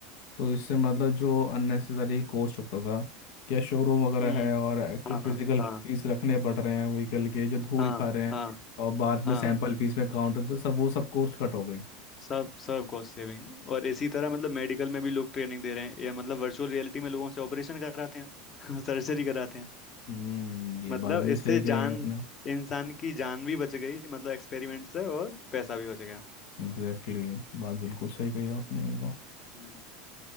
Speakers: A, on the left; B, on the left.
A: तो इससे मतलब जो अननेसेसरी कॉस्ट होता था क्या शोरूम वगैरह
B: हम्म
A: है और एक्चुअल
B: हाँ
A: फिजिकल पीस
B: हाँ
A: रखने पड़ रहे हैं व्हीकल के जो धूल
B: हाँ
A: खा रहे हैं
B: हाँ
A: और बाद
B: हाँ
A: में सैंपल पीस में काउंट होता है, सब वो सब कॉस्ट कट हो गई
B: सब सब कॉस्ट सेविंग और इसी तरह मतलब मेडिकल में भी लोग ट्रेनिंग दे रहे हैं या मतलब वर्चुअल रियलिटी में लोगों से ऑपरेशन कराते हैं <laughs> सर्जरी कराते हैं
A: हम्म ये
B: मतलब
A: बात भी
B: इससे
A: सही कही
B: जान
A: है आपने।
B: इंसान की जान भी बच गई मतलब एक्सपेरिमेंट से और पैसा भी बच गया
A: Exactly exactly. बात बिल्कुल सही कही आपने ये तो
B: हम्म।